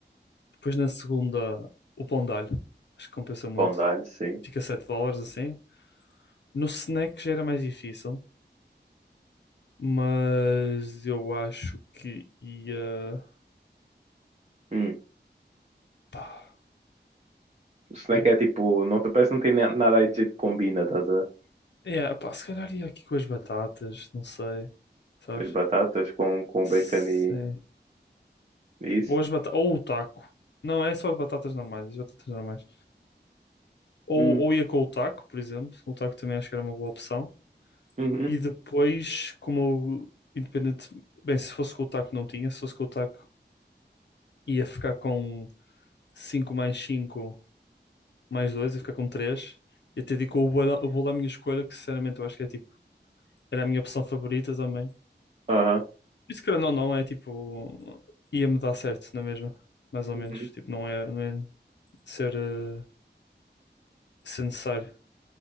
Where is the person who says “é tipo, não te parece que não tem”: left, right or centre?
Right